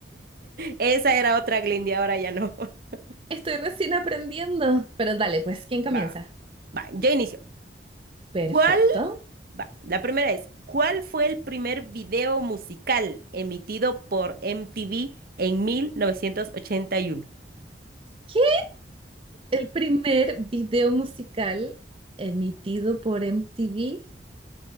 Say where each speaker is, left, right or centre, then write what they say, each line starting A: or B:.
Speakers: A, on the right (about 55°); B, on the right (about 30°).
A: Esa era otra Glendy, ahora ya no. <laughs>
B: Estoy recién aprendiendo. Pero dale, pues, ¿quién comienza?
A: Va, va, yo inicio.
B: Perfecto.
A: ¿Cuál? Va, la primera es, ¿cuál fue el primer video musical emitido por MTV en mil novecientos ochenta y uno?
B: ¿Qué? El primer video musical emitido por MTV